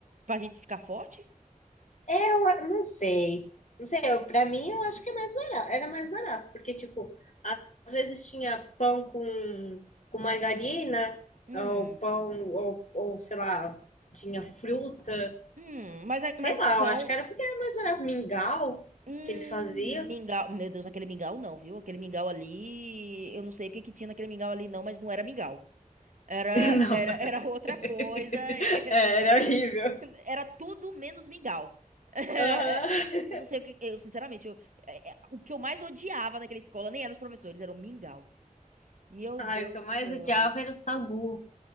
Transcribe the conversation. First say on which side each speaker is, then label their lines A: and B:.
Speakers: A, on the right; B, on the left.
A: Pra gente ficar forte?
B: Eu a- não sei. Não sei, eu, pra mim eu acho que é mais barato. Era mais barato, porque, tipo, a- Às vezes tinha pão com, com margarina,
A: Hum.
B: ou pão, ou, ou sei lá, tinha fruta.
A: Hum. Mas, é-
B: Sei
A: mas
B: lá,
A: pão.
B: eu acho que era porque era mais barato. Mingau
A: Hum.
B: que eles faziam.
A: Mingau. Meu Deus, aquele mingau não, viu? Aquele mingau ali. Eu não sei o que que tinha naquele mingau ali, não, mas não era mingau. Era,
B: <laughs> Não.
A: era, era
B: <laughs>
A: outra coisa, eh,
B: É,
A: não era.
B: era horrível.
A: <laughs> Era tudo menos mingau. <laughs> Eh,
B: Aham.
A: eh, eh, Eu não sei o que. Eu, sinceramente, eu- eh, eh, o que eu mais odiava naquela escola nem eram os professores, era o mingau. Meu
B: Ai,
A: Deus
B: o que eu
A: do
B: mais
A: céu.
B: odiava era o sagu.